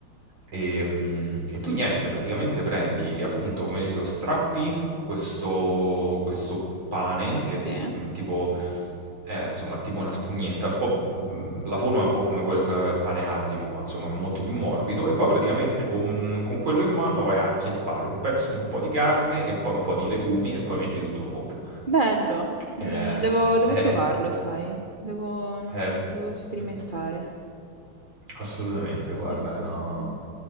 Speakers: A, on the right (about 65°); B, on the right (about 40°).
A: Ehm, E, tu niente, praticamente prendi appunto, come dicevo, strappi questo, questo pane che
B: Sì.
A: mm, tipo, è, insomma, tipo una spugnetta, un po', mm, la forma è un po' come quello- quella del pane azimo, ma insomma è molto più morbido. E poi praticamente con, con quello in mano vai a acchiappare un pezzo, un po' di carne e poi un po' di legumi e poi metti tutto in bocca.
B: Bello.
A: Ed
B: Mm,
A: è...
B: devo, devo
A: è-
B: provarlo, sai, devo, non-
A: eh,
B: devo sperimentare.
A: mh, assolutamente,
B: Sì,
A: guarda,
B: sì,
A: è una...
B: sì, sì.